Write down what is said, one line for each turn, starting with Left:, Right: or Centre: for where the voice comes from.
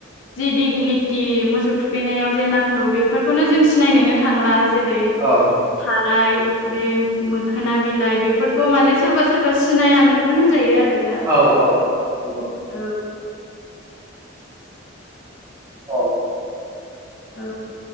Left: जि दिगलि थि मोसौ थुखैनायाव जे नांगौ बेफोरखौनो जों सिनायनोनो थांला। जेरै
Right: औ
Left: थाराय बे मोखोना बिलाइ बेफोरखौ माने सोरबा सोरबा सिनायानो बेखौनो होनजायो आरो दा।
Right: औ औ नंगौ
Left: औ।
Right: औ
Left: औ